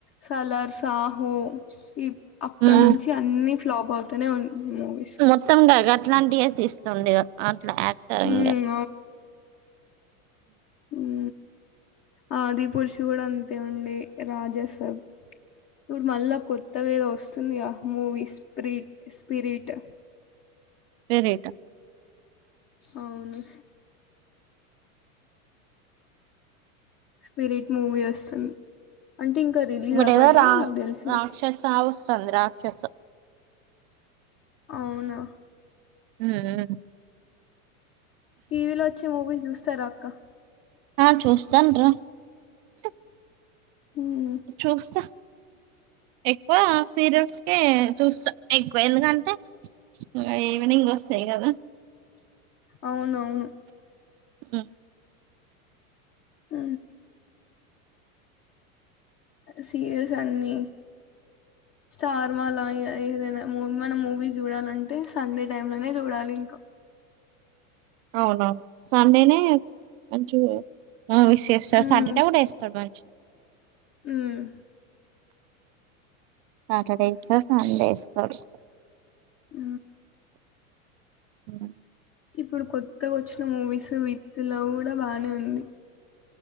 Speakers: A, on the left; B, on the right.
A: సలార్స, సహో హో ఇ అక్కన్నుంచి
B: ఉమ్
A: అన్నీ ఫ్లాప్ అవుతూనే ఉంది మూవీస్
B: మొత్తం గ గట్లాంటియే తీస్తుంది అ అట్లా యాక్టరింగ్
A: హ్మ్. ఊ ఆది పురుషు గూడా అంతే ఉంది రాజాసా పుడు మళ్ళ కొత్తగ ఏదో ఒస్సుంది గద మూవీ రీట్ స్పిరిట్
B: వెరేటా
A: అవును స్పిరీట్ మూవీ ఒస్సుంది అంటే ఇంకా రిలీజ్
B: ఇప్పుడు
A: అవ్వాలే
B: ఏదో రా
A: నాకు తెలిసి
B: రాక్షస వస్తుంది రాక్షస
A: అవునా
B: ఊఉ
A: టీవీలో ఒచ్చే మూవీస్ జూస్తారా అక్క
B: ఆ చూస్తాన్ రా హ్
A: హ్మ్.
B: చూస్తా ఎక్వా సీరియల్స్ కే చూస్తా ఎక్వ ఎందుకంటే ఇంగ ఈవినింగ్ ఒస్సయ్ గదా
A: అవునవును
B: ఉ
A: ఊ సీరియల్స్ అన్నీ స్టార్ మాల ఏం ఏదైనా మూ మనం మూవీ జూడాలంటే సండే టైమ్ లోనే జూడాలి ఇంకా.
B: అవునవును సండేనే మంచిగా ఆ <unintelligible>
A: హ్మ్.
B: సాటర్డే గూడా ఏస్తాడు మంచి
A: హ్మ్.
B: సాటర్డే ఇస్తడు సండే ఇస్తడు
A: ఊ
B: <unintelligible>
A: ఇప్పుడు కొత్తగ వచ్చిన మూవీస్ విత్ లవ్ గూడా బానే ఉంది